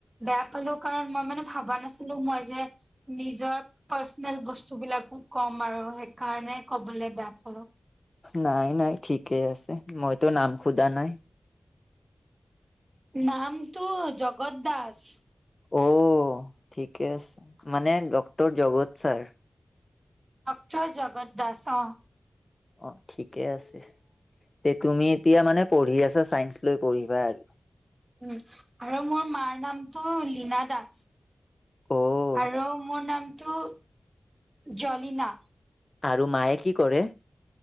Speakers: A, on the right (about 25°); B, on the left (about 35°).
A: বেয়া পালো কাৰণ মই মানে ভাবা নাছিলো মই যে নিজৰ পাৰ্চনেল বস্তুবিলাকো কম আৰু সেইকাৰণে ক'বলে বেয়া পালো।
B: নাই, নাই। ঠিকেই আছে। মইতো নাম সোদা নাই।
A: নামটো জগত দাস।
B: অ ঠিকে আছে মানে ডক্টৰ জগত ছাৰ।
A: অকচয় জগত দাস অ।
B: অ ঠিকে আছে। তে তুমি এতিয়া মানে পঢ়ি আছা চাইন্স লৈ পঢ়িবা আৰু।
A: উম আৰু মোৰ মাৰ নামটো লীনা দাস।
B: অ'
A: আৰু মোৰ নামটো জলিনা।
B: আৰু মায়ে কি কৰে?